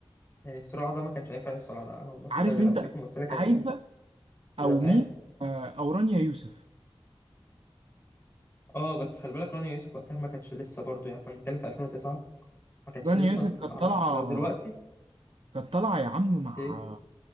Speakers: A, on the left; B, on the right.
A: يعني الصراع ده ما كانش هينفع يحصل على على ممثله
B: عارف
A: غيرها
B: انت
A: ما فيش ممثله كانت
B: هايفه
A: قد
B: او
A: كده فاهم
B: مين آه، او رانيا يوسف
A: اه بس خلي بالك رانيا يوسف وقتها ما كانتش لسه برضو يعني احنا بنتكلم في 2009 ما كانتش
B: رانيا
A: لسه
B: يوسف
A: اتعرفت
B: كانت طالعه
A: لو دلوقتي
B: كانت طالعه يا عم مع
A: ايه